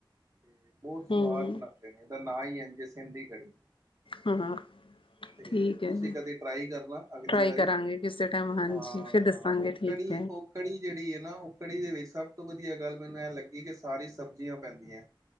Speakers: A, on the right (about 40°); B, on the left (about 90°).
A: ਤੇ ਬਹੁਤ
B: ਹੂੰ
A: ਸਵਾਦ ਬਣਾਉਂਦੇ ਨੇ ਇਹਦਾ ਨਾਂ ਹੀ ਏ ਸਿੰਧੀ ਕੜੀ।
B: ਹਾਂ।
A: ਤੇ
B: ਠੀਕ
A: ਤੁਸੀਂ
B: ਐ
A: ਕਦੇ ਟਰਾਈ ਕਰਨਾ ਅਗਲੀ
B: ਟਰਾਈ
A: ਵਾਰੀ
B: ਕਰਾਂਗੇ ਕਿਸੇ ਟਾਈਮ ਹਾਂਜੀ
A: ਹਾਂ
B: ਫਿਰ ਦੱਸਾਂਗੇ
A: ਉਹ
B: ਠੀਕ
A: ਕੜੀ
B: ਹੈ
A: ਉਹ ਕੜੀ ਜਿਹੜੀ ਹੈ ਨਾ ਉਹ ਕੜੀ ਦੇ ਵਿੱਚ ਸਭ ਤੋਂ ਵਧੀਆ ਗੱਲ ਮੈਨੂੰ ਐ ਲੱਗੀ ਕਿ ਸਾਰੀ ਸਬਜ਼ੀਆਂ ਪੈਂਦੀਆਂ।